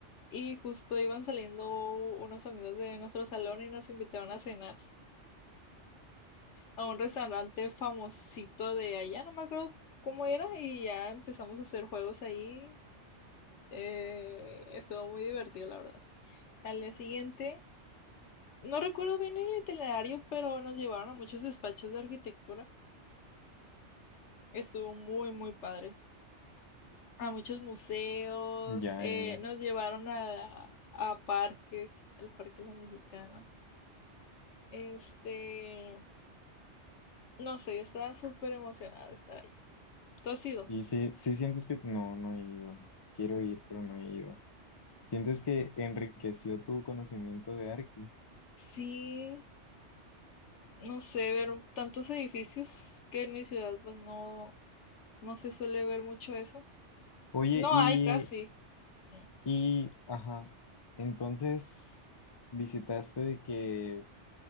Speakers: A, on the left; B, on the left.
A: y justo iban saliendo unos amigos de nuestro salón y nos invitaron a cenar. a un restaurante famosito de allá, no me acuerdo cómo era, y ya empezamos a hacer juegos ahí. Eh, estuvo muy divertido, la verdad. Al día siguiente, no recuerdo bien el itinerario, pero nos llevaron a muchos despachos de arquitectura. Estuvo muy, muy padre. A muchos museos,
B: Ya,
A: eh,
B: ya, ya.
A: nos llevaron a, a parques, al Parque La Mexicana. Este, no sé, estaba súper emocionada de estar allá. ¿Tú has ido?
B: Y sí, sí sientes que no, no he ido. Quiero ir, pero no he ido. ¿Sientes que enriqueció tu conocimiento de Arki?
A: Sí, No sé, ver tantos edificios que en mi ciudad pues no, no se suele ver mucho eso.
B: Oye,
A: No
B: y,
A: hay casi. Mm.
B: y, ajá, entonces visitaste de que